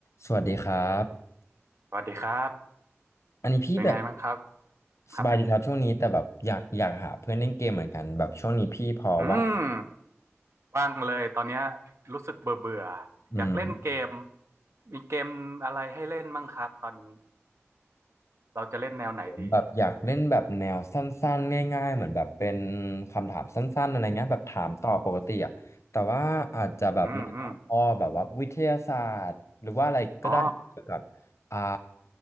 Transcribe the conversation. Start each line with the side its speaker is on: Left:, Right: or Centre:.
Left: สวัสดีครับ
Right: สวัสดีครับ
Left: อันนี้พี่แบบ
Right: เป็นไงบ้างครับครับ
Left: สบายดีครับช่วงนี้แต่แบบอยากอยากหาเพื่อนเล่นเกมเหมือนกันแบบช่วงนี้พี่พอว่า
Right: อืมว่างเลยตอนเนี้ยรู้สึกเบื่อเบื่อ
Left: อืม
Right: อยากเล่นเกมมีเกมอะไรให้เล่นบ้างครับตอนนี้เราจะเล่นแนวไหนดี
Left: ผมแบบอยากเล่นแบบแนวสั้นๆง่ายๆเหมือนแบบเป็นคำถามสั้นๆอะไรเงี้ยแบบถามตอบปกติอ่ะแต่ว่าอาจจะแบบในหัวข้อแบบว่าวิทยาศาสตร์หรือว่าอะไรก็ได้เกี่ยวกับอ่า
Right: อืมอืมอ๋อ